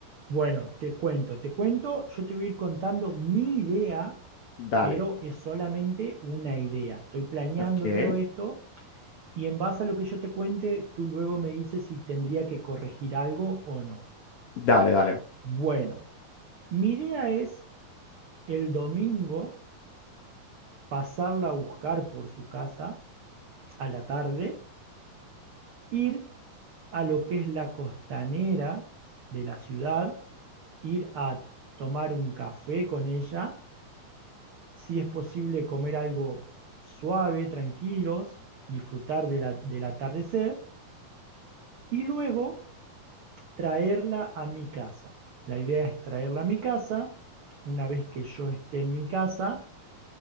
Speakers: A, on the right; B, on the left.
A: Bueno, te cuento, te cuento, yo te voy a ir contando mi idea,
B: Dale.
A: pero es solamente una idea. Estoy planeando
B: Ok.
A: todo esto y en base a lo que yo te cuente, tú luego me dices si tendría que corregir algo o no.
B: Dale, dale.
A: Bueno, mi idea es el domingo pasarla a buscar por su casa a la tarde, ir a lo que es la costanera de la ciudad, ir a tomar un café con ella si es posible comer algo suave, tranquilos, disfrutar de la- del atardecer y luego traerla a mi casa. La idea es traerla a mi casa. Una vez que yo esté en mi casa,